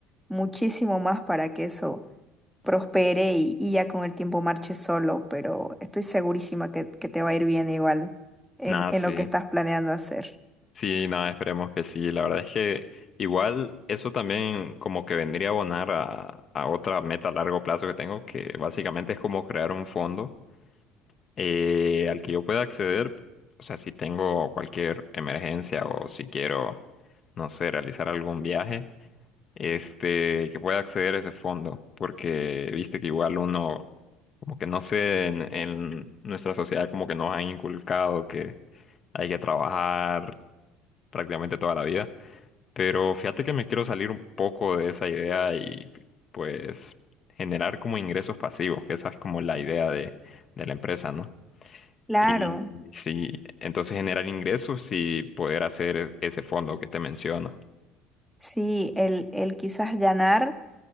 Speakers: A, in the centre; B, on the left.
A: muchísimo más para que eso prospere y, y ya con el tiempo marche solo, pero estoy segurísima que, que te va a ir bien igual en,
B: Nada,
A: en
B: sí.
A: lo que estás planeando hacer.
B: Sí, nada, esperemos que sí. La verdad es que igual eso también como que vendría a abonar a, a otra meta a largo plazo que tengo, que básicamente es como crear un fondo eh, al que yo pueda acceder, o sea, si tengo cualquier emergencia o si quiero, no sé, realizar algún viaje, este, que pueda acceder a ese fondo, porque viste que igual uno, como que no sé, en, en nuestra sociedad como que nos han inculcado que hay que trabajar prácticamente toda la vida. Pero fíjate que me quiero salir un poco de esa idea y pues generar como ingresos pasivos, que esa es como la idea de, de la empresa, ¿no?
A: Claro,
B: Y sí, entonces generar ingresos y poder hacer ese fondo que te menciono.
A: sí, el, el quizás ganar.